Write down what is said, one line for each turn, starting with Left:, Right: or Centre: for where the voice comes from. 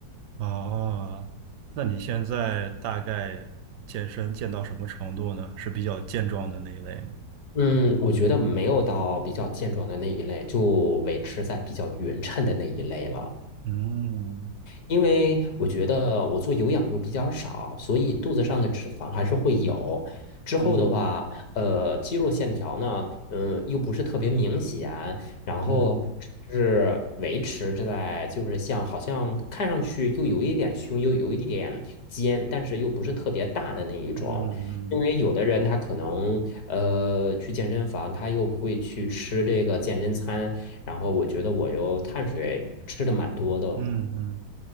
Right: 哦，那你现在大概健身健到什么程度呢？是比较健壮的那一类吗？
Left: 嗯，我觉得没有到比较健壮的那一类，就维持在比较匀称的那一类了。
Right: 嗯
Left: 因为我觉得我做有氧又比较少，所以肚子上的脂肪还是会有。之后的话，
Right: 嗯
Left: 呃，肌肉线条呢，嗯，又不是特别明显，然后是维持着在就是像好像看上去又有一点胸，
Right: 嗯
Left: 又有一点肩，但是又不是特别大的那一种。
Right: 嗯嗯
Left: 因为有的人他可能呃去健身房，他又会去吃这个健身餐，然后我觉得我又碳水吃的蛮多的，
Right: 嗯嗯，